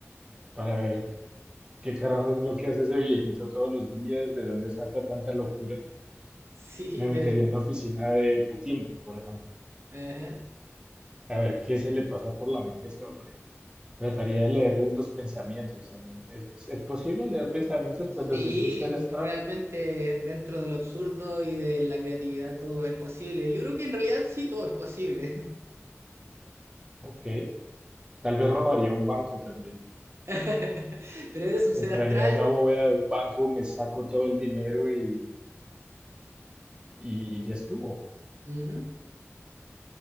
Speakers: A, on the right; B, on the right.
A: para ver ¿Qué carajo es lo que hace ese viejito todos los días? ¿De dónde saca tanta locura?
B: Sí,
A: Me
B: debe.
A: metería en la oficina de Putin, por ejemplo.
B: ajá.
A: A ver qué se le pasa por la mente a ese hombre. Trataría de leerles los pensamientos también. ¿Es, es posible leer pensamientos
B: Sí,
A: cuando se es un ser astral?
B: realmente dentro de lo absurdo y de la creatividad todo es posible. Yo creo que en realidad sí todo es posible.
A: Ok. Tal vez robaría un banco también.
B: <laughs> Pero eres un
A: Entraría
B: ser astral.
A: a una bóveda de un banco, me saco todo el dinero y, y- y ya estuvo.
B: Ujú.